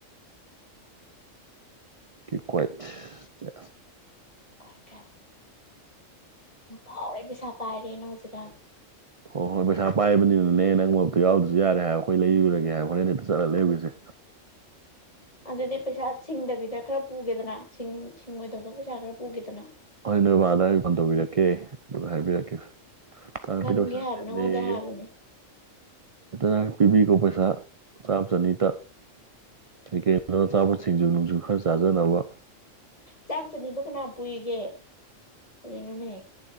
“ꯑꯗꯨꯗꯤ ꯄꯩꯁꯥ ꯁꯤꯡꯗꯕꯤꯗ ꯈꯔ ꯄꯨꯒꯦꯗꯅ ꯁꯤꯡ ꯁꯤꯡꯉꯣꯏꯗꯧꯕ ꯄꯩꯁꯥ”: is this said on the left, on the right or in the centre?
Left